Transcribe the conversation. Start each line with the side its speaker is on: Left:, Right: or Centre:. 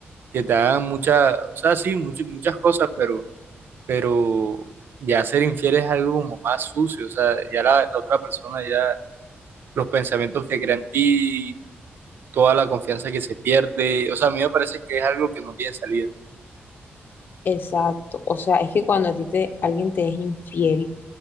Right: que te hagan muchas, o sea, sí, muchas, muchas cosas, pero... pero ya ser infiel es algo como más sucio, o sea, ya la, la otra persona, ya los pensamientos que crea en ti, toda la confianza que se pierde, o sea, a mí me parece que es algo que no tiene salida.
Left: Exacto. O sea, es que cuando a ti te, alguien te es infiel,